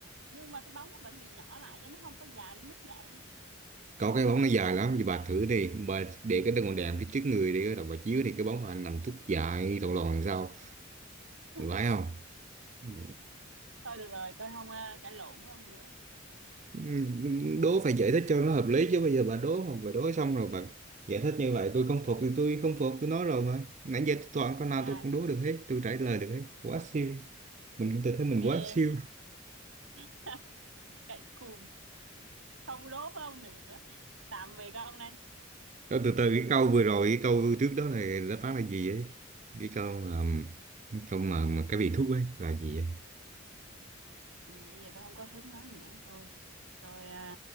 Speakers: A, on the right; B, on the right.
A: nhưng mà cái bóng nó vẫn bị nhỏ lại cho nó không có dài đến mức vậy
B: có cái bóng nó dài lắm thì bà thử đi bà để cái đèn đèn phía trước người đi đầu bà chiếu thì cái bóng bà nằm tuốt dài lòn lòn làm sao
A: <laughs>
B: phải không ừ.
A: thôi được rồi tôi không ờ, cãi lộn với ông nữa
B: Ừ, đố phải giải thích cho nó hợp lý chứ bây giờ bà đố không phải đố xong rồi bà giải thích như vậy tôi không phục thì tôi không phục tôi nói rồi mà nãy giờ tôi toàn câu nào
A: à,
B: tôi cũng đố được hết tôi trả lời được hết quá siêu mình tôi thấy mình
A: ghê
B: quá siêu
A: <laughs> cãi cùn không đố với ông nữa tạm biệt ông này
B: rồi từ từ cái câu vừa rồi cái câu trước đó là đáp án là gì ấy cái câu mà cái câu mà, mà cái vị thuốc ấy là gì ấy
A: ừ, bây giờ tôi không có hứng nói nữa thôi tôi ờ,